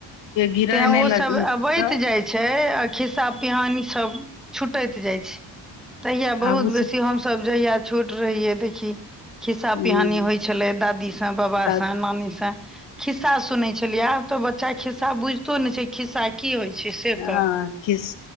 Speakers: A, on the left (about 85°); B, in the centre.
A: गिरे
B: तें ओ
A: नहि लग
B: सब अबैत
A: तऽ
B: जाय छै। छै आ खिस्सा पिहानी सब छुटैत जाइ छै। तहिया बहुत
A: आगू से
B: बेसी हमसभ जहिया छोट रहियै देखियै खिस्सा
A: ह
B: पिहानी होइ छलै दादी से, बाबासँ,
A: ह
B: नानी से खिस्सा सुनै छलियै आब त बच्चा खिस्सा बुझितो ने छै खिस्सा की होइ छै से।
A: हं।
B: कह
A: खिस्